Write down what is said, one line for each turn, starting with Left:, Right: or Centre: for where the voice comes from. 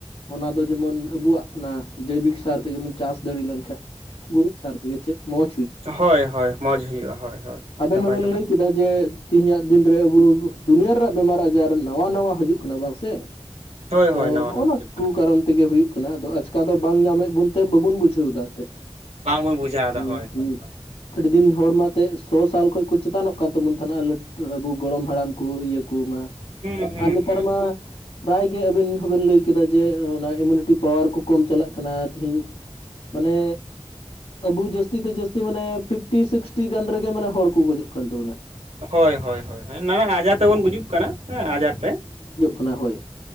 Left: ᱚᱱᱟ ᱫᱚ ᱡᱮᱢᱚᱱ ᱟᱵᱩᱣᱟᱜ ᱚᱱᱟ ᱡᱳᱭᱵᱤᱠ ᱥᱟᱨ ᱛᱮᱜᱮ ᱵᱩᱱ ᱪᱟᱥ ᱫᱟᱹᱲᱤ ᱞᱮᱱᱠᱷᱟᱡ᱾ ᱜᱩᱨᱤᱡ ᱥᱟᱨ ᱛᱮᱜᱮ ᱪᱮᱫ ᱢᱚᱡᱽ᱾
Right: ᱦᱳᱭ ᱦᱳᱭ ᱢᱚᱡᱽ ᱦᱩᱭᱩᱜ-ᱟ ᱦᱳᱭ ᱦᱳᱭ,
Left: ᱟᱵᱮᱱ
Right: ᱱᱟᱯᱟᱭ
Left: ᱢᱟ ᱵᱮᱱ
Right: ᱠᱟᱛᱷᱟ
Left: ᱞᱟᱹᱭ ᱠᱮᱫ ᱡᱮ ᱛᱤᱦᱤᱧ-ᱟᱜ ᱫᱤᱱᱨᱮ ᱟᱵᱩ ᱫᱩᱱᱭᱟᱹ ᱨᱮᱱᱟᱜ ᱵᱮᱢᱟᱨ ᱟᱡᱟᱨ ᱱᱟᱣᱟ ᱱᱟᱣᱟ ᱦᱤᱡᱩᱜ ᱠᱟᱱᱟ ᱵᱟᱝ ᱥᱮ?
Right: <inaudible>
Left: ᱛᱚ
Right: ᱱᱟᱣᱟ ᱱᱟᱣᱟ
Left: ᱦᱚᱸᱜᱼᱱᱟ
Right: ᱦᱤᱡᱩᱜ ᱠᱟᱱᱟ
Left: ᱠᱩ ᱠᱟᱨᱚᱱ ᱛᱮᱜᱮ ᱦᱩᱭᱩᱜ ᱠᱟᱱᱟ ᱟᱫᱚ ᱟᱪ ᱛᱚ ᱟᱫᱚ ᱵᱟᱝ ᱧᱟᱢᱮᱫ ᱵᱩᱱ ᱛᱮ ᱵᱟᱹᱵᱩᱱ ᱵᱩᱡᱷᱟᱹᱣ ᱫᱟᱜ ᱛᱮ
Right: ᱵᱟᱝ ᱵᱚᱱ ᱵᱩᱡᱷᱟᱹᱣ ᱮᱫᱟ
Left: ᱦᱩ
Right: ᱦᱳᱭ ᱦᱳᱭ
Left: ᱦᱩᱸ
Right: ᱦᱳᱭ
Left: ᱟᱹᱰᱤ ᱫᱤᱱ ᱦᱚᱲ ᱢᱟ ᱛᱮᱜ ᱥᱚ ᱥᱟᱞ ᱠᱷᱚᱡ ᱠᱚ ᱪᱮᱛᱟᱱᱚᱜ ᱠᱟᱱ ᱛᱟᱵᱩᱱ ᱛᱟᱦᱮᱱᱟᱹ ᱞᱟ ᱟᱵᱩ ᱜᱚᱲᱚᱢ ᱦᱟᱲᱟᱢ ᱠᱩ ᱤᱭᱟᱹ ᱠᱩ ᱢᱟ
Right: ᱦᱩᱸ ᱦᱩᱸ
Left: ᱟᱨ ᱱᱮᱛᱟᱨ
Right: ᱦᱩᱸ
Left: ᱢᱟ ᱯᱨᱟᱭ ᱜᱮ ᱟᱹᱵᱮᱱ ᱦᱚᱸᱵᱤᱱ ᱞᱟᱹᱭ ᱠᱮᱫᱟ ᱡᱮ ᱚᱱᱟ ᱤᱢᱤᱭᱩᱱᱤᱴᱤ ᱯᱟᱣᱟᱨ ᱠᱚᱢ ᱪᱟᱞᱟᱜ ᱠᱟᱱᱟ ᱛᱤᱦᱤᱧ ᱢᱟᱱᱮ ᱟᱵᱩ ᱡᱟᱹᱥᱛᱤ ᱛᱮ ᱡᱟᱹᱥᱛᱤ ᱢᱟᱱᱮ ᱯᱷᱤᱯᱴᱤ ᱥᱤᱠᱥᱴᱤ ᱜᱟᱱ ᱚᱱᱟ ᱨᱮᱜᱮ ᱢᱟᱱᱮ ᱦᱚᱲ ᱠᱚ ᱜᱚᱡᱚᱜ ᱠᱟᱱ ᱛᱟᱵᱚᱱᱟ ᱾
Right: ᱦᱳᱭ ᱦᱳᱭ ᱦᱳᱭ ᱱᱟᱱᱟ ᱟᱡᱟᱨ ᱛᱮᱵᱚᱱ ᱜᱩᱡᱩᱜ ᱠᱟᱱᱟ ᱦᱮᱸ ᱟᱡᱟᱨ ᱛᱮ,
Left: ᱢᱟᱱᱮ ᱦᱳᱭ,